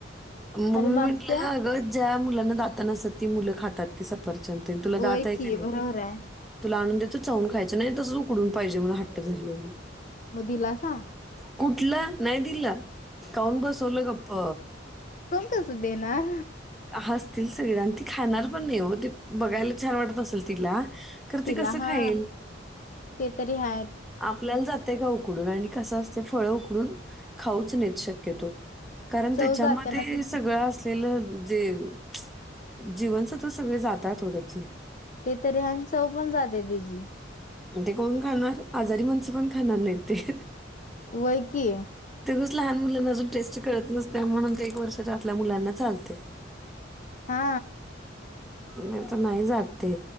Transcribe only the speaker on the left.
आणि
मागत्या
होय
की
बरोबर आहे
म दिलासा.
कस देणार.
तिला
हा
ते तरी हा
चव
जाते ना तिची
ते तररी ह्यां चव पण जाते त्याची
व्हयं की
हा